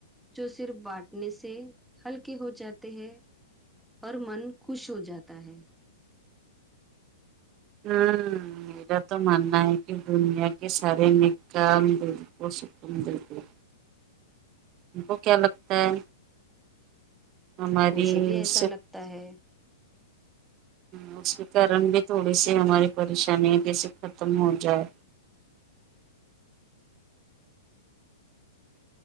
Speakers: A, in the centre; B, on the right.
A: جو صرف باٹنے سے ہلکے ہو جاتے ہیں اور من خوش ہو جاتا ہے
B: ہاں میرا تو ماننا ہے کہ دنیا کے سارے نیک کام دل کو سکون دیتے ہے ان کو کیا لگتا ہے ہماری
A: مجھے بھی ایسا
B: سے
A: لگتا ہے
B: ہ اس کے کارن بھی تھوڑی سی ہماری پریشانییا جیسے ختم ہو جائے